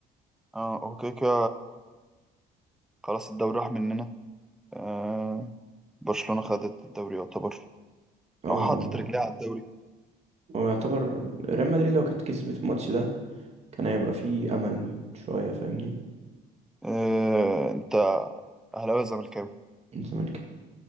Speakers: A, in the centre; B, on the right (about 40°).
A: اه اوكي كده خلاص الدوري راح مننا آه برشلونة خدت الدوري يعتبر
B: اه هو
A: او حطت رجليها على الدوري
B: هو يعتبر ريال مدريد لو كانت كسبت الماتش ده كان هيبقى فيه امل شويه فاهمني
A: آه انت اهلاوي ولا زملكاوي
B: من زمان